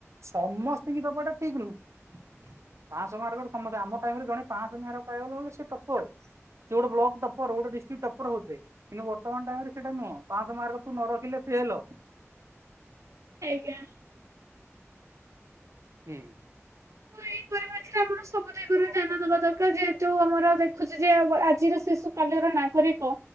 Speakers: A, on the right; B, on the right.
A: ସମସ୍ତ ଙ୍କୀ ଦେବା ଟା ଠିକ ନୁହଁ। ପାଂଶ ମାର୍କ ସମସ୍ତେ ଆମ ଟାଇମ ରେ ଜଣେ ପାଂଶ ମାର୍କ ପାଇଗଲୁ ମାନେ ସେ ଟପର ସେ ଗୋଟେ ବ୍ଲକ ଟପର ଡିଷ୍ଟ୍ରିକି ଟପର ଗୋଟେ। କିନ୍ତୁ ବର୍ତମାନ ଟାଇମରେ ସେଟା ନୁହଁ ପାଂସ ମାର୍କ ତୁ ନ ରଖିଲେ ଫେଲ୍।
B: ଆଜ୍ଞା।
A: ହୁଁ।
B: ହାଇ <unintelligible> ଏଥିରେ ଆମର ସବୁ ଦିଗରେ ଧ୍ୟାନ ଦବା ଦରକାର ଯେହେତୁ ଆମର ଦେଖୁଛି ଯେ ଆଜିର ଶିଶୁ କାଲିର ନାଗରିକ